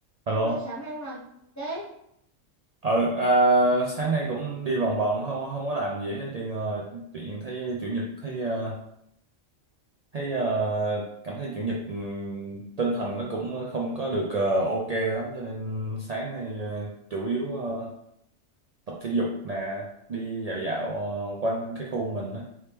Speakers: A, on the right (about 80°); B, on the left (about 25°).
A: Alo.
B: Ông ơi, sáng nay ông làm gì thế?
A: Ờ à, sáng nay cũng đi vòng vòng không không có làm gì hết thì ngồi tự nhiên thấy chủ nhật thấy ờ, thấy ờ, cảm thấy chủ nhật ừm, tinh thần nó cũng không có được ờ, ok lắm cho nên sáng nay ờ, chủ yếu ờ, tập thể dục nè, đi dạo dạo ờ, quanh cái khu mình đó.